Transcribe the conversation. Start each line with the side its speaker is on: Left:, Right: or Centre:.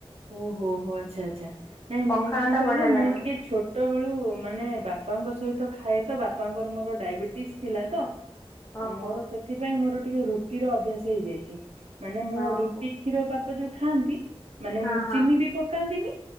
Right: ଓହୋ ହୋ ଆଚ୍ଛା ଆଚ୍ଛା ନାଇଁ ମୁଁ
Left: ପଖାଳ
Right: କଣ
Left: ଟା
Right: କହିଲ
Left: ବଢିଆ
Right: ମୁଁ
Left: ଲାଗେ
Right: ଟିକେ ଛୋ ଛୋଟବେଳୁ ମାନେ ବାପାଙ୍କ ସହିତ ଖାଏ ତ ବାପାଙ୍କର ମୋର ଡାଇବେଟିସ୍ ଥିଲା ତ ତ
Left: ଓହୋ
Right: ମୋର ସେଥିପାଇଁ ମୋର ଟିକେ ରୁଟି ର ଅଭ୍ୟାସ ହେଇଯାଇଛି। ମାନେ ମୁଁ
Left: ଓହୋ
Right: ରୁଟି କ୍ଷୀର ବାପ ଯୋଉ ଖାଆନ୍ତି ମାନେ
Left: ହଁ ହଁ
Right: ଚିନି ବି ପକାନ୍ତିନି